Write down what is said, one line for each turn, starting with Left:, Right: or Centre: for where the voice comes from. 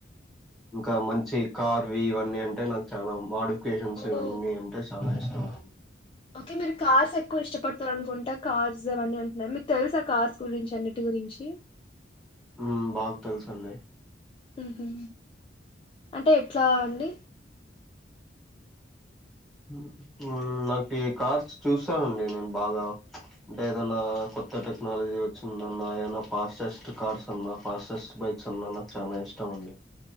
Centre: ఇంకా మంచి కార్వి ఇవన్నీ అంటే నాకు చాలా మాడ్ లొకేషన్స్
Left: ఓ
Centre: ఇవన్నీ అంటే చాలా ఇష్టము
Left: ఓకే మీరు కార్స్ ఎక్కువ ఇష్టపడతారు అనుకుంటా కార్స్ అవన్నీ అంటున్నారు, మీకు తెలుసు ఆ కార్స్ గురించి అన్నిటి గురిన్ రించి
Centre: ఉ బాగా తెలుసండి
Left: ఉహు అంటే ఎట్లా అండి
Centre: ఉ ఉ నాకు కార్స్ చూస్తానండి నేను బాగా అంటే ఏదన్నా కొత్త టెక్నాలజీ వచ్చిందన్న ఏన్నా ఫాస్టెస్ట్ కార్స్ అన్నా ఫాస్టెస్ట్ బై ఫిక్స్చన్న నాకు చానా ఇష్టం అండి